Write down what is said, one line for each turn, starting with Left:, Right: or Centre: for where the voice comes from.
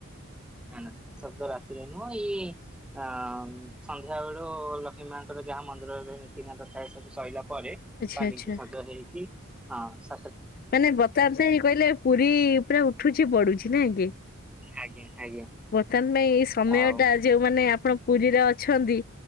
Centre: ନା ନା ସବ ଦ ରାତି ତିରେ ନୁହଁ ଏଇ ଅ ସନ୍ଧ୍ୟା ବେଳୁ ଲକ୍ଷ୍ମୀ ମାଙ୍କର ଯାହା ମନ୍ଦିରରେ ନୀତିକାନ୍ତ। ସବୁ ସରିଲା ପରେ
Left: ଆଚ୍ଛା
Centre: ପାଲିଙ୍କି
Left: ଆଚ୍ଛା।
Centre: ସଜ ହେଇକି ହଁ ସ
Left: ମାନେ ବଚାର ସେ କହିଲେ ପୁରୀ ପୁରା ଉଠୁଛି ପଡୁଛି ନା କି?
Centre: ଆଜ୍ଞା ଆଜ୍ଞା
Left: ବର୍ତ୍ତମାନ ପାଇଁ ଏ ସମୟ
Centre: ଆଉ
Left: ଟା ଯଉମାନେ ଆପ ଆପଣ ପୁରୀରେ ଅଛନ୍ତି